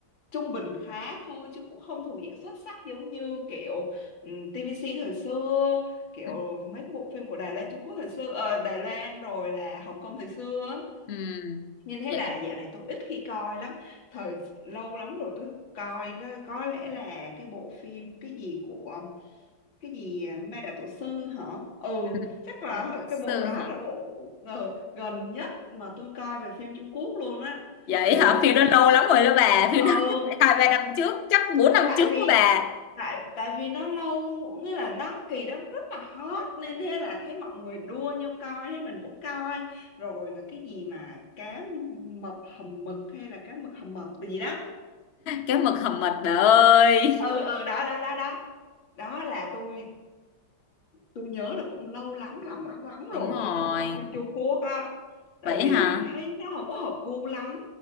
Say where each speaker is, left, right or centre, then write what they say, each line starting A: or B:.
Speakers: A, on the left (about 85°); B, on the left (about 45°).
A: trung bình khá thôi chứ cũng không thuộc diện xuất sắc giống như kiểu ừm, TVC thời xưa kiểu
B: ừ.
A: mấy cái bộ phim của Đài Loan Trung Quốc thời xưa ờ, Đài Loan rồi là Hồng Kông thời xưa á.
B: ừ.
A: Nên thế
B: Dạ.
A: là dạo này tôi ít khi coi lắm Thời lâu lắm rồi tôi coi đó, Có lẽ là cái bộ phim Cái gì của cái gì à, ma đạo tổ sư hả ừ
B: ừ.
A: chắc là
B: Bà là luật
A: cái bộ
B: sư
A: đó
B: hả
A: là bộ ờ, gần nhất mà tôi coi về phim Trung Quốc luôn á
B: vậy
A: tại
B: hả
A: vì lúc
B: phim
A: đó
B: đó
A: nó
B: lâu lắm rồi đó bà phim đó
A: ừ
B: chắc phải hai ba năm trước chắc bốn năm
A: tại
B: trước
A: vì
B: đó bà
A: tại tại vì nó lâu nghĩa là nó kỳ đó rất là hot nên thế là thấy mọi người đua nhau coi thế mình cũng coi rồi là cái gì mà cá mập hầm mực hay là cá mực hầm mập gì đó
B: cái mực hầm mật bà ơi
A: ừ ừ đó đó đó đó đó là tôi tôi nhớ là cũng lâu lắm lắm lắm lắm
B: đúng
A: rồi
B: rồi
A: tôi không coi phim Trung Quốc á tại
B: vậy
A: vì
B: hả
A: thấy nó không có hợp gu lắm